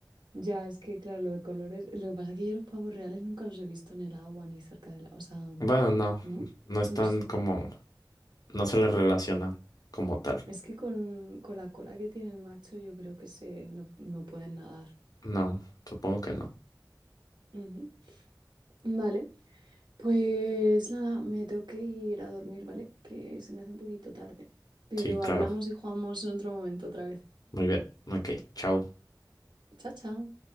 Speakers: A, on the right (about 85°); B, on the left (about 55°).
A: Ya, es que claro, lo de colores. Lo que pasa es que yo los pavos reales nunca los he visto en el agua ni cerca de la. O sea,
B: Bueno, no,
A: ¿no?
B: no están
A: No sé.
B: como, no se les relaciona como tal.
A: Es que con, con la cola que tiene el macho, yo creo que se no, no pueden nadar.
B: No, supongo que no.
A: Ujú. Vale. Pues nada, me tengo que ir a dormir, ¿vale? Que se me hace un poquito tarde. Pero
B: Sí, claro.
A: hablamos y jugamos en otro momento otra vez.
B: Muy bien. Ok, chao.
A: Chao, chao.